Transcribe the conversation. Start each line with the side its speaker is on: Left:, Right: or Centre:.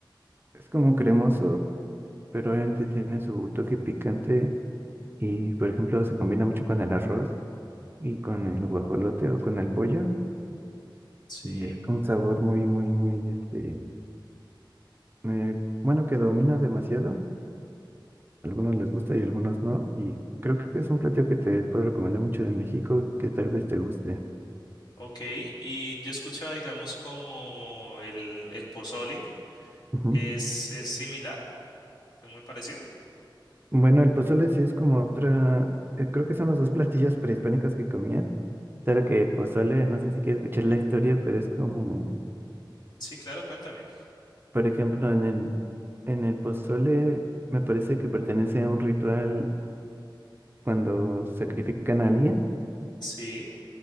Right: Es como cremoso, pero obviamente tiene su toque picante y por ejemplo se combina mucho con el arroz y con el guajolote o con el pollo.
Left: Sí,
Right: Y es un sabor muy, muy, muy, este, eh, bueno, que domina demasiado. algunos les gusta y algunos no. Y creo que es un platillo que te puedo recomendar mucho de México, que tal vez te guste.
Left: ok. Y yo he escuchado, digamos, como el, el pozole.
Right: Ujú.
Left: ¿Es, es similar? ¿Es muy parecido?
Right: Bueno, el pozole sí es como otra, eh, creo que son los dos platillos prehispánicos que comían. Claro que el pozole, no sé si quieres escuchar la historia, pero es como,
Left: Sí, claro, cuéntame.
Right: por ejemplo, en el, en el pozole me parece que pertenece a un ritual cuando sacrifican a alguien.
Left: Sí.